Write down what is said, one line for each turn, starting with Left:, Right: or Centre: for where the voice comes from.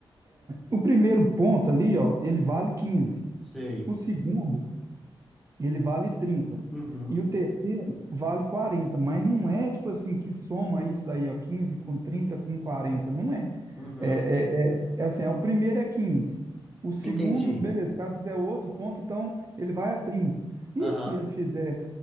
Right: O primeiro ponto ali, ó, ele vale quinze
Centre: sei.
Right: O segundo, ele vale trinta
Centre: Uhum.
Right: E o terceiro vale quarenta mas não é tipo assim que soma isso daí, ó, 15 com 30 com 40 não é.
Centre: Uhum.
Right: É, é, é, é assim, é, o primeiro é quinze O segundo,
Centre: Entendi.
Right: beleza, se o cara fizer outro ponto, então ele vai a trinta E
Centre: Aham.
Right: se ele fizer